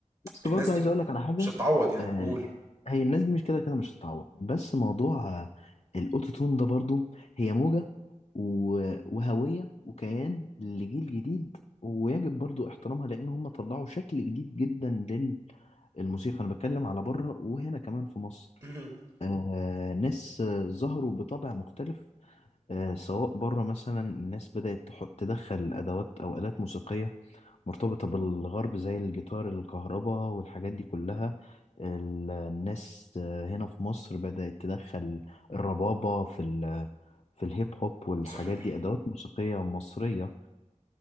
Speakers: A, on the left; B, on the right.
A: بس
B: الناس
A: برضه
B: دي
A: عايز اقول لك على حاجه
B: مش هتعوض يعني
A: آه
B: قول
A: هي الناس دي مش كده كده مش هتتعوض بس موضوع آه، الاوتوتون ده برضه هي موجه و- وهويه وكيان لجيل جديد ويجب برضو احترامها لان هم طلعوا شكل جديد جدا للموسيقى انا بتكلم على بره وهنا كمان في مصر
B: <laughs>
A: آه، ناس آه، ظهروا بطبع مختلف آه، سواء بره مثلا الناس بدأت تح- تدخل أدوات أو آلات موسيقية مرتبطة بالغرب زي الجيتار الكهرباء والحاجات دي كلها ال- الناس آه، هنا في مصر بدأت تدخل الربابة في ال في الهيب هوب والحاجات
B: صحيح
A: دي أدوات موسيقية مصرية